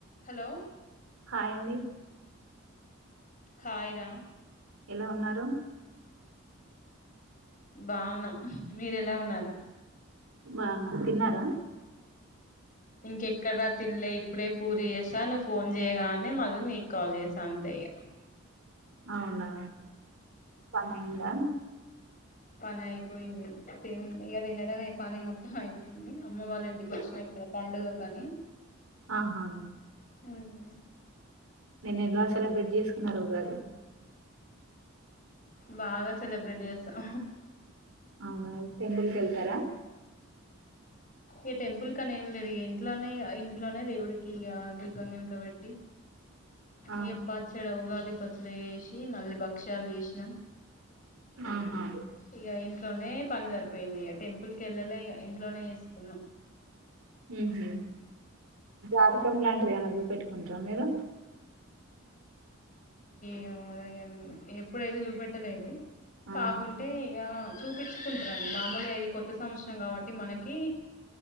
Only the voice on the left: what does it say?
Hello
hi రా
బాగున్నాం మీరు ఎలా ఉన్నారు
ఇంకెక్కడా తినలే ఇప్పుడే పూరి చేస్తా నువ్వు ఫోన్ చేయగానే మళ్ళీ నీకు కాల్ చేశా అంతే ఈగ
పని అయిపోయింది తి ఇగా తినడమే పని మొత్తం అయిపోయింది అమ్మ వాళ్ళ ఇంటికి వచ్చిన ఇక్కడ పండుగ కానీ
హుమ్
బాగా సెలబ్రేట్ చేస్తాం
ఈ టెంపుల్క నీ ఏం లేదు ఇగ ఇంట్లోనే ఇంట్లోనే దేవుడికి ఇగ దీపం గినిక పెట్టి
ఇగ పచ్చడ ఉగాది పచ్చడి చేసి మళ్ళీ భక్ష్యాలు చెసినాం
ఇగ ఇంట్లోనే పని సరిపోయింది ఇగ టెంపుల్ కి ఎళ్ళలే ఇగ ఇంట్లోనే చేసుకున్నాం
ఏమో ఎప్పుడైతే చూపెట్టలేదు
కాకుంటే ఇగా చూపించుకుంటారండి మామూలుగా ఇది కొత్త సంవత్సరం కాబట్టి మనకి